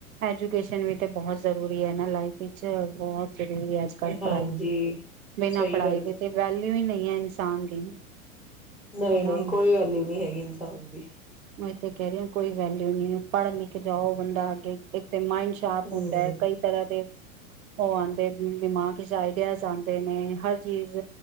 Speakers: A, on the right (about 75°); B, in the centre.
A: ਐਜੂਕੇਸ਼ਨ ਵੀ ਤਾਂ ਬਹੁਤ ਜ਼ਰੂਰੀ ਹੈ ਨਾ ਲਾਈਫ ਵਿੱਚ ਬਹੁਤ ਜ਼ਰੂਰੀ ਹੈ ਅੱਜ ਕੱਲ੍ਹ
B: ਹਾਂਜੀ।
A: ਪੜ੍ਹਾਈ, ਬਿਨਾਂ
B: ਸਹੀ
A: ਪੜ੍ਹਾਈ
B: ਗੱਲ
A: ਦੇ
B: ਹੈ,
A: ਤੇ ਵੈਲਿਊ ਹੀ ਨਹੀਂ ਕੀ ਇਨਸਾਨ ਦੀ।
B: ਨਹੀਂ-ਨਹੀਂ,
A: ਹਨਾ
B: ਕੋਈ ਵੈਲਿਊ ਨਹੀਂ ਹੈਗੀ ਇਨਸਾਨ ਦੀ।
A: ਮੈਂ ਤੇ ਕੇਹ ਰਿਹਾ ਕੋਈ ਵੈਲਿਊ ਨੀ ਆ ਪੜ੍ਹ-ਲਿਖ ਜਾਓ ਬੰਦਾ ਅੱਗੇ ਤੇ ਮਾਇੰਡ ਸ਼ਾਰਪ
B: ਹਮ
A: ਹੁੰਦਾ ਹੈ ਕਈ ਤਰ੍ਹਾਂ ਦੇ ਉਹ ਆਉਂਦੇ ਦਿਮਾਗ ਵਿੱਚ ਆਈਡੀਆਜ਼ ਆਉਂਦੇ ਨੇ ਹਰ ਚੀਜ਼